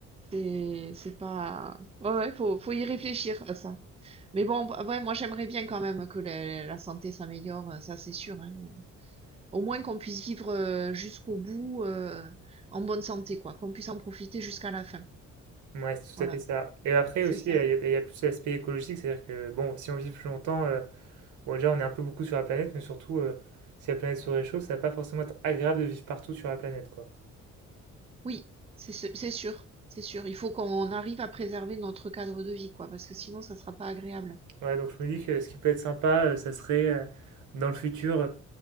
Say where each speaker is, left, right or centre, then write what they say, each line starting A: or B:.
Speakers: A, on the right (about 20°); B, on the right (about 80°).
A: c'est c'est pas. Ouais, ouais, faut, faut y réfléchir à ça. Mais bon, bah, ouais, moi j'aimerais bien quand même que la, la santé s'améliore, euh, ça c'est sûr, hein. Au moins qu'on puisse vivre, heu, jusqu'au bout, heu, en bonne santé quoi, qu'on puisse en profiter jusqu'à la fin.
B: Ouais, c'est tout
A: Voilà,
B: à fait ça. Et après
A: c'est
B: aussi,
A: ça.
B: euh, il y, a il y a plus l'aspect écologique, c'est-à-dire que, bon, si on vit plus longtemps, euh, bon, déjà, on est un peu beaucoup sur la planète, mais surtout, euh, si la planète se réchauffe, ça va pas forcément être agréable de vivre partout sur la planète, quoi.
A: Oui, c'est ce c'est sûr, c'est sûr. Il faut qu'on arrive à préserver notre cadre de vie quoi, parce que sinon ça sera pas agréable.
B: Ouais, donc je me dis que ce qui peut être sympa, euh, ça serait euh, dans le futur. euh,